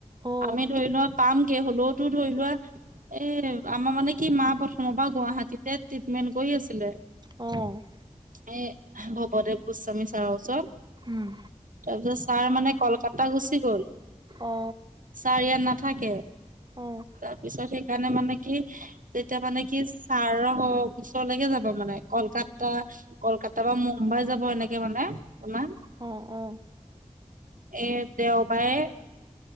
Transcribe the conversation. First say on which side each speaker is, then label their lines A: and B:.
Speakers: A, on the right; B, on the right.
A: অ
B: আমি ধৰি লোৱা পামগে হ'লওতো ধৰি লোৱা এ আমাৰ মানে কি মা প্ৰথমৰ বা গুৱাহাটীতে ট্ৰিটমেন্ট কৰি আছিলে।
A: অ',
B: এ ভৱদেৱ গোস্বামী ছাৰৰ ওচৰ।
A: উম
B: তাৰপিছত ছাৰ মানে কলকাতা গুচি গ'ল।
A: অ
B: ছাৰ ইয়াত নাথাকে
A: অ
B: তাৰ পিছত সেইকাৰণে মানে কি তেতিয়া মানে কি ছাৰ হওক ওচৰলৈকে যাব মানে কলকাত কাতা কলকাতা বা মুম্বাই যাব এনেকে মানে তোমাৰ।
A: অ', অ',
B: এ দেওবাৰে